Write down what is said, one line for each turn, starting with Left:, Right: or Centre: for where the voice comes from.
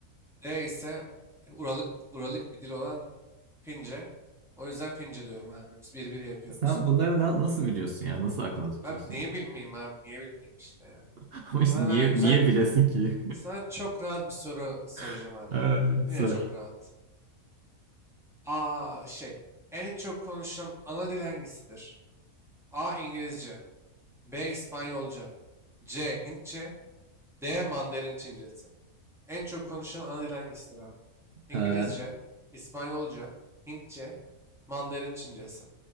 Centre: D ise Uralık, Uralık bir dil olan Fince. O yüzden Fince diyorum abi. Biz bir bir yapıyorum
Right: Sen
Centre: skoru.
Right: bunları na- nasıl biliyorsun ya? Nasıl aklına tutuyorsun?
Centre: Abi niye bilmeyeyim abi? Niye bilmeyeyim işte ya.
Right: <laughs> Ama işte
Centre: Sana
Right: niye
Centre: ben güzel,
Right: niye bilesin ki?
Centre: sana çok rahat bir soru soracağım
Right: <laughs>
Centre: abi.
Right: Ay,
Centre: Yine
Right: sor.
Centre: çok rahat. Aa şey, en çok konuşulan ana dil hangisidir? A. İngilizce B. İspanyolca C. Hintçe D. Mandarin Çincesi. En çok konuşulan ana dil hangisidir abi? İngilizce,
Right: Ee,
Centre: İspanyolca, Hintçe, Mandarin Çincesi.